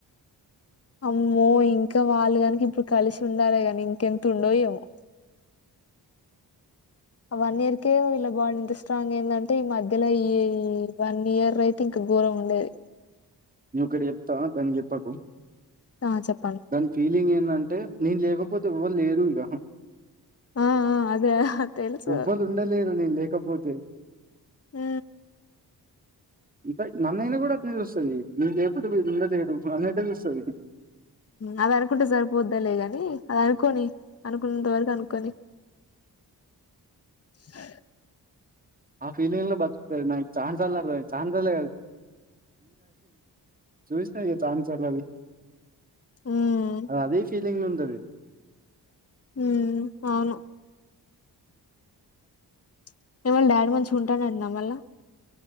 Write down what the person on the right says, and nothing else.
నేను ఓక్కటి చెప్త దానికి చెప్పకు
దాని ఫీలింగ్ ఏందంటే నేను లేకపోతే ఎవ్వరు లేరు ఇగ
ఎవ్వలు ఉండలేరు నేన్ లేకపోతే
ఇంక నన్నైనా కూడ అట్నే చూస్తది నీ లేేకుంటే వీడు ఉండలేడు అన్నట్టే చూస్తది
ఆ ఫీలింగ్ లో బతుకుతది నాకు ఛాన్స్లు చాన్స్ లే <unintelligible>
అ అదే ఫీలింగ్ లో వుంటది